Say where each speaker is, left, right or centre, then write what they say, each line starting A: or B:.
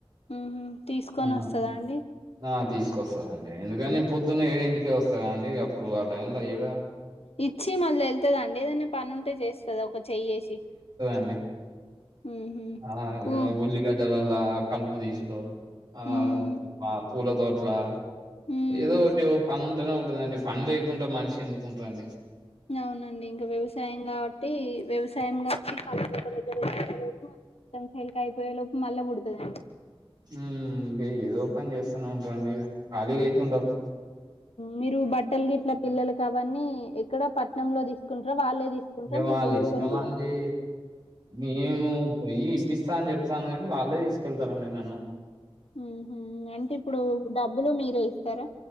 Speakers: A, on the left; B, on the right.
A: ఉహు తీసుకొని
B: ఆ
A: వస్తదా అండి
B: ఆ తీస్ వస్తదండి ఎందుకని పొద్దున్న ఏడింటికే వస్తదండి అప్పుడు ఆ టైం లో ఏడ
A: ఇచ్చి మళ్ళీ వెళ్తుంద అండి ఏదనా పని ఉంటే చేస్తది ఒక చెయ్యేసి
B: అ
A: ఉహు
B: ఆ
A: కు
B: ఉల్లిగడ్డల కలుపు తీసుడు ఆ
A: ఉమ్
B: పా పూల తోట్లా
A: ఉమ్
B: ఏదో ఒకటి పనున్ టనే ఉంటదండి పని లేకుంటే మనిషి ఎందుకు ఉంటడండి
A: అవునండి ఇంకా వ్యవసాయం కాబట్టి వ్యవసాయం కాబట్టి కా <unintelligible> కాయ అయిపోయే లోపల మల్లా పుడతది
B: హూ ఇంక ఏదో పని చేస్తానే ఉంటారండి ఇగ ఖాళీగా అయితే ఉండము
A: మీరు బట్టలు గిట్ల పిల్లలు కావీ ఎక్కడ పట్నంలో తీసుకుంటార వాళ్ళే తీసుకుంటార
B: ఇగ
A: మీరు
B: వాళ్ళ
A: కొనుకొనిస్తారా
B: ఇష్టం అండి నేను పొయ్యి ఇప్పిస్తా అని చెప్తాను కాని వాళ్ళే తీసుకెళ్తారండి నన్ను
A: హుహు. అంటే ఇప్పుడు డబ్బులు మీరే ఇస్తారా?